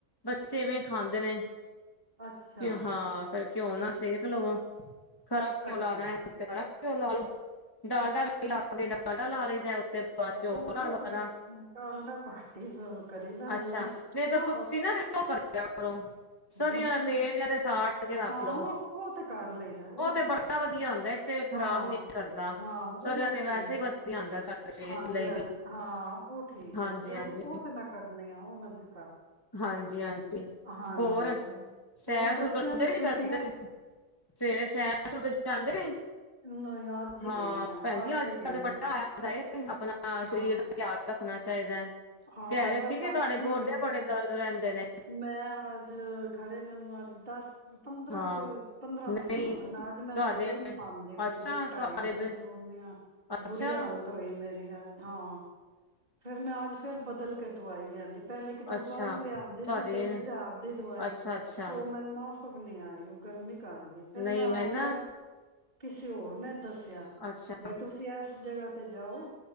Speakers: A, on the left (about 15°); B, on the right (about 35°).
A: ਬੱਚੇ ਐਵੇਂਖਾਂਦੇ ਨੇ
B: ਅੱਛਾ
A: ਕਿ ਹਾਂ ਫਿਰ ਘਿਓ ਨਾਲ ਸੇਕ ਲਵੋ ਖਰ ਕਿਉਂ
B: ਅੱਛਾ
A: ਲਾਉਣਾ ਹੈ ਖ ਘਿਓ ਲਾ ਲਓ ਡਾਲਡਾ ਲਾਂ ਦੇ ਨਾਲ ਡਾਲਡਾ ਲਾ ਲਓ ਉੱਤੇ ਬਾਅਦ
B: ਆਹੋ
A: ਚ ਘਿਓ
B: ਡਾਲਡਾ
A: ਲਾ ਕਰਾਂ
B: ਡਾਲਡਾ ਘੱਟ ਹੀ ਕਰੀ ਦਾ
A: ਅੱਛਾ
B: ਯੂਸ
A: ਨਹੀਂ ਤਾਂ
B: ਆ
A: ਤੁਸੀਂ ਨਾ ਫਿਰ ਉਹ ਕਰਿਆ ਕਰੋ ਸਰ੍ਹੀਆਂ
B: ਮੱਖਣ
A: ਦਾ ਤੇਲ ਜਾਂ ਤੇ ਸਾੜ ਕੇ
B: ਆਪਾਂ
A: ਰੱਖ ਲਓ
B: ਉਹ ਉਹ ਤੇ ਕਰ ਲਈਦਾ
A: ਉਹ ਤੇ
B: ਕਰ
A: ਬੜਾ
B: ਲਈ
A: ਵਧੀਆ ਹੁੰਦਾ ਇੱਕ ਤੇ ਖ਼ਰਾਬ
B: ਹਾਂ
A: ਨੀ ਕਰਦਾ
B: ਹਾਂ ਉਹ
A: ਸਿਆ ਤੇ ਵੈਸੇ
B: ਠੀਕ
A: ਹੀ ਵਧੀਆ
B: ਹੈ
A: ਹੁੰਦਾ ਸਾਡੇ ਸਰੀਰ
B: ਹਾਂਜੀ
A: ਲਈ
B: ਹਾਂਜੀ
A: ਵੀ
B: ਹਾਂ ਉਹ ਠੀਕ
A: ਹਾਂਜੀ
B: ਹੈ ਉਹ
A: ਹਾਂਜੀ
B: ਉਹ ਤੇ ਮੈਂ ਕਰਨੀ ਉਹ ਮਤਲਬ
A: ਹਾਂਜੀ ਹਾਂਜੀ
B: ਹਾਂਜੀ
A: ਹੋਰ
B: ਹਾਂਜੀ
A: ਸੈਰ
B: ਹੋਰ
A: ਸੁਰ
B: ਬੱਚਿਆਂ
A: ਕਰਦੇ
B: ਨੂੰ
A: ਨੀ
B: ਛੁੱਟੀਆਂ
A: ਕਰਦੇ ਸਵੇਰੇ ਸੈਰ ਸ ਤੇ ਜਾਂਦੇ ਨ
B: ਨਹੀਂ ਅੱਜ ਹੀ
A: ਹਾਂ
B: ਗਈ ਆ
A: ਭੈਣਜੀ ਅੱਜ
B: ਹੀ
A: ਕ
B: ਗਈ
A: ਵੱਡਾ
B: ਆ
A: ਹੋਇਆ ਆਪਣਾ
B: ਹਾਂ
A: ਸਰੀਰ ਦਾ ਧਿਆਨ ਰੱਖਣਾ ਚਾਹੀਦਾ ਹੈ।
B: ਹਾਂ
A: ਕਹਿ ਰਹੇ
B: ਬਸ
A: ਸੀ ਕਿ
B: ਅੱਜ
A: ਤੁਹਾਡੇ
B: ਹੀ
A: ਗੋਡੇ
B: ਗਈ
A: ਬੜੇ
B: ਆ
A: ਦਰਦ ਰਹਿੰਦੇ ਨੇ।
B: ਮੈਂ ਅੱਜ ਖਰੇ ਮੈਨੂੰ ਅੱਜ ਦਸ ਪੰਦਰਾਂ
A: ਹਾਂ
B: ਕੇ ਪੰਦਰਾਂ
A: ਨਹੀਂ
B: ਦਿਨ ਹੋ ਗਏ ਨਾਲ ਅੱਜ ਮੈਂ
A: ਤੁਹਾਡੇ
B: ਸੋ ਹੀ ਨੀ ਪਾਂਦੀ ਪਈ
A: ਅੱਛਾ
B: ਦੋ ਢਾਈ
A: ਤੁਹਾਡੇ
B: ਵਜੇ
A: ਪ
B: ਸੋਨ ਆ ਬੁਰੀ
A: ਅੱਛਾ
B: ਹਾਲਤ ਹੋਈ ਮੇਰੀ ਅੱਜ ਹਾਂ। ਫਿਰ ਮੈਂ ਅੱਜ ਫੇਰ ਬਦਲ ਕੇ ਦਵਾਈ ਲਿਆਂਦੀ। ਪਹਿਲੇ ਕਿਧਰੋਂ
A: ਅੱਛਾ
B: ਬਾਹਰੋਂ ਲਿਆਂਦੀ
A: ਤੁਹਾਡੇ
B: ਸੀ ਤਿੰਨ ਹਜ਼ਾਰ ਦੀ ਦਵਾਈ
A: ਅੱਛਾ ਅੱਛਾ
B: ਉਹ ਮੈਨੂੰ ਮਾਫ਼ ਫਗ ਨਹੀਂ ਆਈ ਉਹ ਗਰਮੀ ਕਰ ਗਈ ਫੇਰ
A: ਨਹੀਂ
B: ਮੈਂ ਅਜ
A: ਨਾ
B: ਮੈਨ ਕਿਸੇ ਹੋਰ ਨੇ ਦੱਸਿਆ
A: ਅੱਛਾ
B: ਬਈ ਤੁਸੀਂ ਇਸ ਜਗ੍ਹਾ ਤੇ ਜਾਓ